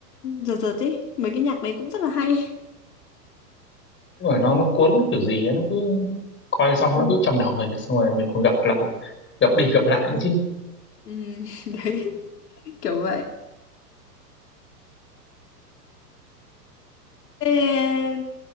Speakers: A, on the left (about 75°); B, on the left (about 25°).
A: giật giật ấy. Mấy cái nhạc đấy cũng rất là hay.
B: đúng rồi nó nó cuốn kiểu gì ấy, nó cứ coi
A: Ừ.
B: xong nó cứ trong đầu mình xong rồi mình còn gặp lại gặp đi gặp lại nữa chứ
A: Ừ, <laughs> đấy, kiểu vậy. Thế